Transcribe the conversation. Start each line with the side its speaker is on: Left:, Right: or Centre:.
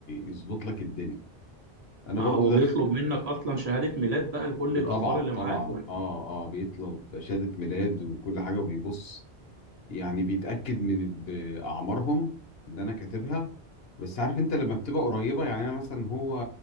Left: يظبط لك الدنيا انا
Right: اه
Left: برضو
Right: هو
Left: دخل
Right: بيطلب منك اصلا شهاده ميلاد بقى لكل الاطفال
Left: طبعا
Right: اللي
Left: طبعا
Right: معاك ولا
Left: اه اه بيطلب شهادة ميلاد وكل حاجة وبيبص يعني بيتأكد من ال- اعمارهم اللي انا كاتبها بس عارف انت لما بتبقى قريبة يعني انا مثلا هو